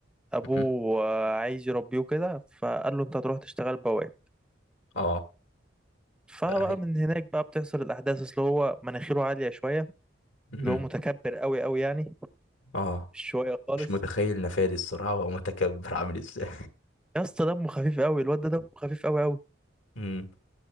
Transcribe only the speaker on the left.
مم.
اه
بقى هي
مم.
اه
مش
متخيل نفادي الصراحه ومتكبر عامل ازاي
مم.